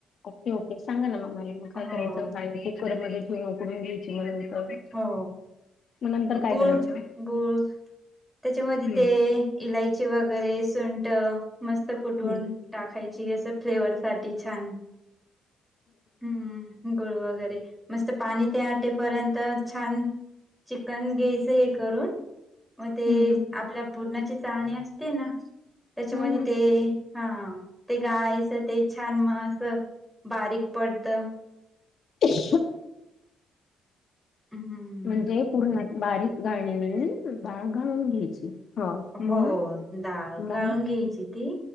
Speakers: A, on the left; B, in the centre.
A: ओके ओके सांगा ना मग मला मग काय
B: हो
A: करायचं डाळ कुकर मध्ये ठेऊन उकडून घ्यायची मग नंतर
B: हो
A: मग नंतर काय
B: गुळ
A: करायचं
B: गुळ त्याच्यामध्ये
A: हम्म
B: तेय इलायची वगैरे सुंट मस्त कुटुन
A: हम्म
B: टाकायची असं फ्लेवरसाठी <unintelligible> छान हम्म हम्म गुळ वगैरे मस्त पाणी ते आटेपर्यंत तर छान चिकन घ्यायचं हे करून मग ते
A: हम्म हम्म हम्म
B: आपल्या पुरणाची चाळणी असते ना त्याच्या
A: हम्म
B: मध्ये
A: हम्म हम्म हम्म
B: ते ते गाळायचं ते छान म अस बारीक पडत
A: <unintelligible>
B: हम्म
A: म्हणजे पूर्ण बारीक गाळणीने घेऊन डाळ गाळुन घ्यायची ह मग
B: हो डाळ
A: मग
B: गाळून घ्यायची ती.